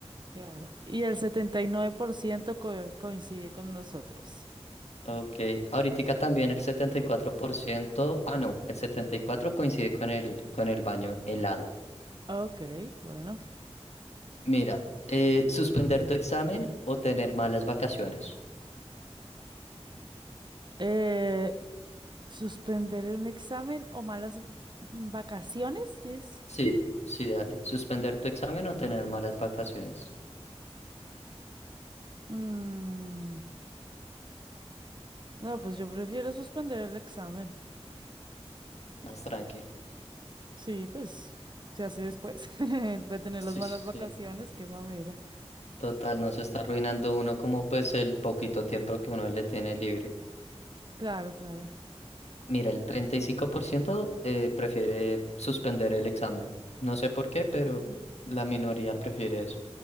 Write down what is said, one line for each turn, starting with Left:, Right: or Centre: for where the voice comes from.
Right: Claro. Y el 79% co- coincide con nosotros.
Left: Ok, ahorita también el 74%. ah no, el 74 coincide con el, con el baño helado.
Right: Ok, bueno.
Left: Mira, eh, suspender tu examen o tener malas vacaciones.
Right: Eh, ¿suspender un examen o malas v- vacaciones? dices?
Left: Sí, sí, dale. Suspender tu examen o tener malas vacaciones.
Right: Mm, no, pues yo prefiero suspender el examen.
Left: Más tranqui.
Right: Sí, pues se hace después. <laughs> Voy a tener
Left: Sí,
Right: las malas
Left: sí,
Right: vacaciones,
Left: sí.
Right: qué mamera.
Left: Total, no se está arruinando uno como pues el poquito tiempo que uno le tiene libre.
Right: Claro, claro.
Left: Mira, el 35% eh, prefiere suspender el examen. No sé por qué, pero
Right: Mm.
Left: la minoría prefiere eso.